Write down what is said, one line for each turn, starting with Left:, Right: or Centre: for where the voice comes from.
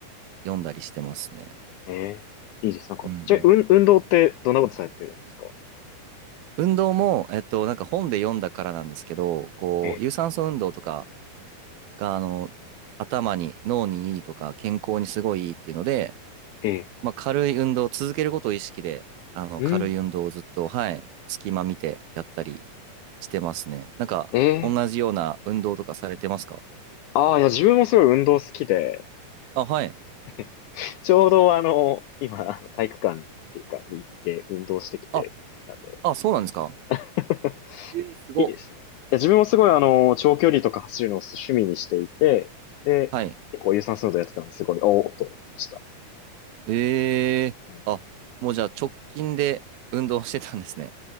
Right: 読んだりしてますね。
Left: ね。ええいいです。なんか、
Right: うんうん。
Left: じゃあ、運運動ってどんなことされてるんですか
Right: 運動も、えっと、なんか本で読んだからなんですけど、こう、
Left: ええ、
Right: 有酸素運動とかが、あの、頭に、脳にいいとか、健康にすごいいいっていうので、
Left: ええ、
Right: まあ、軽い運動、続けることを意識で、あの、
Left: うん、
Right: 軽い運動をずっと、はい、隙間見てやったりしてますね。なんか、
Left: ええ。
Right: 同じような運動とかされてますか
Left: ああ、いや、自分もすごい運動好きで、
Right: あ、はい。
Left: <laughs> ちょうどあの、今、あの体育館っていうか、に行って運動してきて、
Right: あ、
Left: なんで。
Right: あ、そうなんですか
Left: <laughs>
Right: えー、すごっ。
Left: いいですね。いや、自分もすごいあの、長距離とか走るのを趣味にしていて、で、
Right: はい。
Left: 結構有酸素運動やってたのですごい、おおと思いました。
Right: えー、
Left: うん
Right: あ、もうじゃあ直近で運動してたんですね。